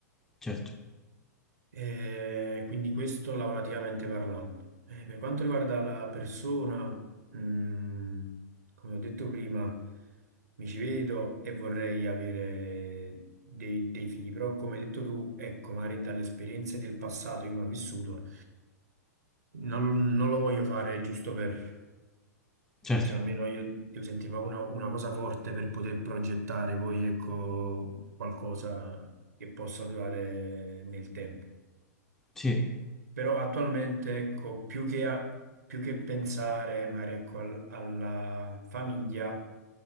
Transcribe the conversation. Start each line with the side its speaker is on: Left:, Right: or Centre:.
Centre: Certo,
Right: Eh, quindi questo lavorativamente parlando. Eh, per quanto riguarda la persona, mm, come ho detto prima, mi ci vedo e vorrei avere dei, dei figli, però come hai detto tu, ecco, magari dalle esperienze del passato che uno ha vissuto, non, non lo voglio fare giusto per,
Centre: certo,
Right: cioè almeno io devo sentire proprio una, una cosa forte per poter progettare poi, ecco, qualcosa che possa durare nel tempo.
Centre: sì,
Right: Però attualmente, ecco, più che, a- più che pensare magari ecco, al- alla famiglia,